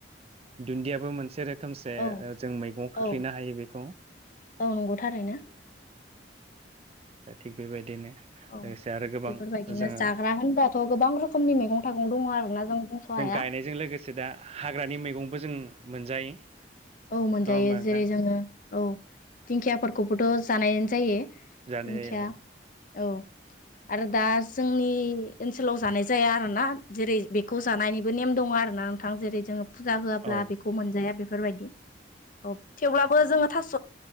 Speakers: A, on the right (about 35°); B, on the left (about 45°).
A: दुन्दियाबो मोनसे रो रोखोमसे
B: औ
A: जों मैगंआव खोख्लैनो
B: औ
A: हायो बेखौ
B: औ नंगौ थारैनो
A: दा थिग बेबायदिनो लोगोसे
B: औ
A: आरो गोबां
B: बेफोरबायदिनो
A: जोङो
B: जाग्रा होनबाथ' गोबां रोखोमनि मैगं थाइगं दङ आरो ना जों बुंस' हाया
A: गायनायजों लोगोसे दा हाग्रानि मैगंबो जों मोनजायो
B: औ मोनजायो
A: नङा होमबा नोंथां
B: जेरै जोङो औ दिंखियाफोरखौबोथ' जानायानो जायो
A: जानाय
B: दिंखिया
A: जायो
B: औ आरो दा जोंनि ओनसोलाव जानाय जाया आरोना जेरै बेखौ जानायनिबो नेम दङ आरोना नोंथां जेरै जोङो फुजा होआब्ला
A: औ
B: बेखौ मोनजाया बेफोरबायदि औ थेवब्लाबो जोङो थास'